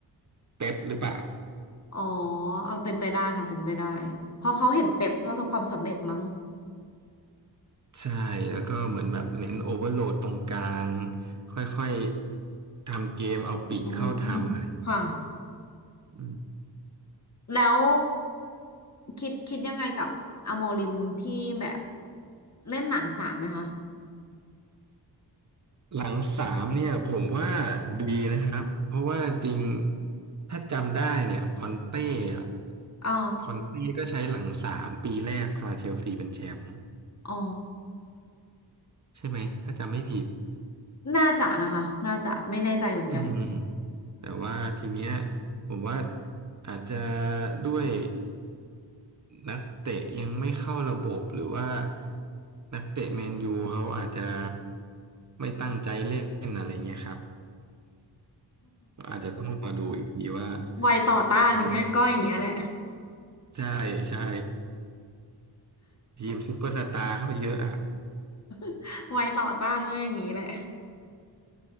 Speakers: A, on the right; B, on the left.
A: เป๊ปหรือเปล่า
B: อ๋อเอาเป็นไปได้ค่ะเป็นไปได้เพราะเขาเห็นเป๊ปประสบความสำเร็จมั้ง
A: ใช่แล้วก็เหมือนแบบเน้นโอเวอร์โหลดตรงกลางค่อยๆทำเกมเอาปีกเข้าทำอะไร
B: อืมค่ะ
A: อืม
B: แล้วคิดคิดยังไงกับอโมริมที่แบบเล่นหนังสามไหมคะ
A: หลังสามเนี่ยผมว่าดีนะครับเพราะว่าจริงถ้าจำได้เนี่ยคอนเต้อะ
B: อ๋อ
A: คอนเต้ก็ใช้หลังสามปีแรกพาเชลซีเป็นแชมป์
B: อ๋อ
A: ใช่ไหมถ้าจำไม่ผิด
B: น่าจะนะคะน่าจะไม่แน่ใจเหมือนกัน
A: อืมแต่ว่าทีเนี้ยผมว่าอาจจะด้วย นักเตะยังไม่เข้าระบบหรือว่านักเตะแมนยูเขาอาจจะไม่ตั้งใจเล่นอะไรเงี้ยครับอาจจะต้องรอดูอีกทีว่า
B: วัยต่อต้านอย่างเงี้ยก็อย่างเงี้ยแหละ
A: เขาใช่ใช่ทีมซุปเปอร์สตาร์เขาเยอะอ่ะ
B: <laughs> วัยต่อต้านก็อย่างงี้แหละ